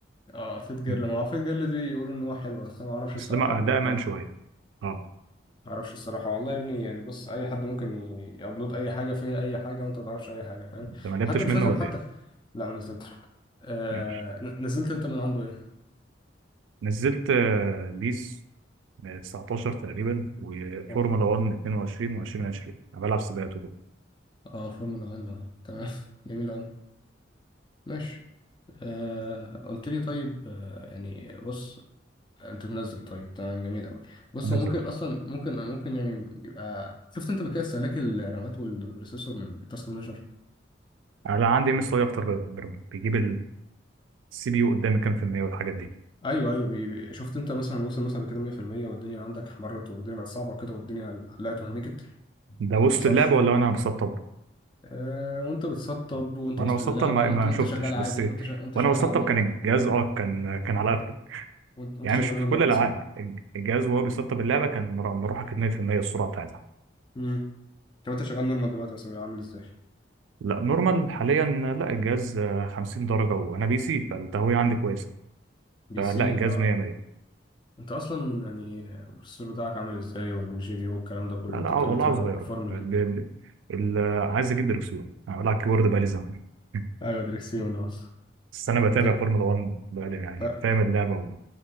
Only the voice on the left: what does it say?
اه فيت جيرل
ما هو فيت جيرل دي يقولوا ان هو حلو بس انا ما اعرفش
الصراحه
ما
جربتها
ما اعرفش الصراحه والله يا ابني يعني بص اي حد ممكن ي- يابلود اي حاجه فيها اي حاجه وانت ما تعرفش اي حاجه فاهم
حتى مش
لازم
حتى
لا ما نزلتش آه
ن- نزلت انت من عنده ايه
اه
اه فورمولا 1 آه، تمام <laughs> جميل قوي ماشي آه قلت لي طيب آه يعني بص انت منزل طيب تمام جميل قوي بص
هو ممكن
اصلا ممكن ممكن يعني يبقى شفت انت بكده استهلاك الرامات والبروسيسور من التاسك مانجر
ايوه ايوه بي... بي- شفت انت مثلا وصل مثلا بكده 100% والدنيا عندك احمرت والدنيا بقت صعبه كده والدنيا حلقت وهنجت
ولا
ما بيحصلش
آه وانت بتسطب وانت
وسط
اللعبه
وانت
وانت
شغال عادي
وانت شغال وانت
شغال
عادي نورمال
وانت, وانت
شغال
نورمال
مثلا
امم طب انت شغال نورمال دلوقتي مثلا بيبقى عامل ازاي
بي
سي
اه
انت اصلا يعني البروسيسور بتاعك عامل ازاي والجي بي يو والكلام ده كله
انت
بتقولي
بتلعب
فورمولا
ايوه دريكسيون اصلا
انت
انت